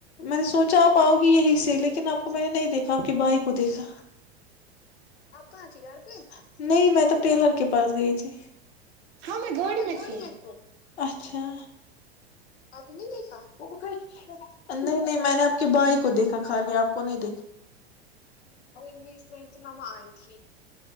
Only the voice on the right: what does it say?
میں گاڑی
میں
تھی